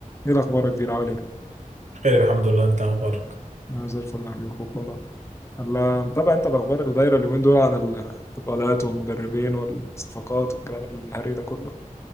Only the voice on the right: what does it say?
خير الحمد لله انت اخبارك